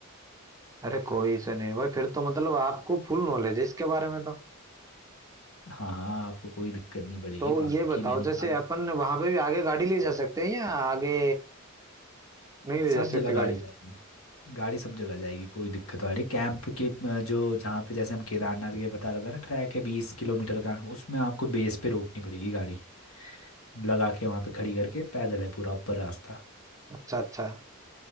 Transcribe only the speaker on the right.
अरे कोई इशू नहीं है भाई फिर तो मतलब आपको फुल नॉलेज है इसके बारे में तो
तो
ये बताओ
जैसे अपन वहां पे भी आगे गाड़ी ले जा सकते हैं या आगे नहीं ले
जा
सकते
गाड़ी
अच्छा अच्छा